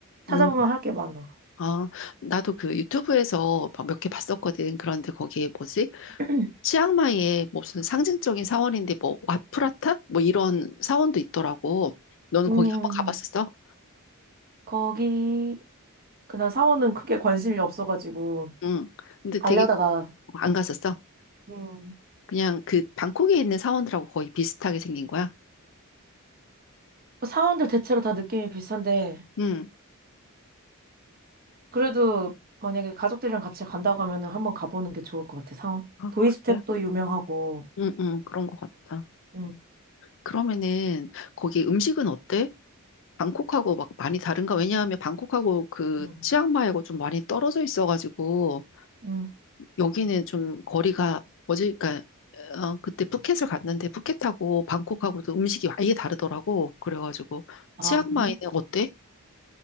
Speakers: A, on the right; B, on the left.
A: 찾아보면
B: 음.
A: 할 게 많아.
B: 아, 나도 그 유튜브에서 몇 개 봤었거든. 그런데 거기에 뭐지?
A: <clears throat>
B: 치앙마이에 무슨 상징적인 사원인데 뭐 와프라탑? 뭐 이런 사원도 있더라고. 너는
A: 음,
B: 거기 한번 가봤었어?
A: 거기 그냥 사원은 크게 관심이 없어가지고
B: 응. 근데 되게
A: 알려다가
B: 안 갔었어.
A: 음.
B: 그냥 그 방콕에 있는 사원들하고 거의 비슷하게 생긴 거야.
A: 뭐 사원들 대체로 다 느낌이 비슷한데
B: 응.
A: 그래도 만약에 가족들이랑 같이 간다고 하면은 한번 가보는 게 좋을 것 같아 사원
B: 아,
A: 도이스텝도
B: 그래?
A: 유명하고
B: 응, 응, 그런 것 같아.
A: 음,
B: 그러면은 거기 음식은 어때? 방콕하고 막 많이 다른가? 왜냐하면 방콕하고 그
A: 음.
B: 치앙마이하고 좀 많이 떨어져 있어가지고
A: 음.
B: 여기는 좀 거리가 어제 그러니까 어, 그때 푸켓을 갔는데 푸켓하고 방콕하고도 음식이 아예 다르더라고. 그래가지고
A: 아
B: 치앙마이는
A: 그래?
B: 어때?